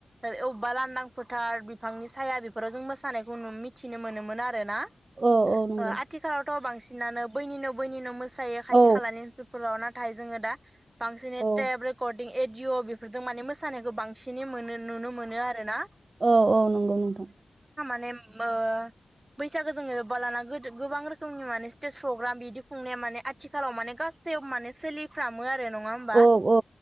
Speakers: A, on the right; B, on the right.
A: अबेबा लांदां फोथार बिफांनि साया बेफोराव जों मोसानायखौ मिथिनो मोनोमोन आरो ना ओ
B: औ औ नंगौ
A: आथिखालावथ' बांसि नानो बैनि न-बैनि न मोसा सायो जायो खाथि
B: औ
A: खालानि ओनोलफोराव नाथ नाथाय जोङो दा बांसिनै
B: औ
A: थेब रेकर्ड एदिअ बि फोरजों माने मोसानायखौ बांसिनै मोनो नुनो मोनो आरो ना
B: औ औ नोंगौ नोंथां।
A: नेम ओ बैसागो जोङो बालाना गोदो गोबां रोखोमनि माने स्टेज प्रग्राम बिदि खुंनाया माने आथिखालाव माने गासै माने सोलि फ्रामो आरो नङा होमबा
B: औ औ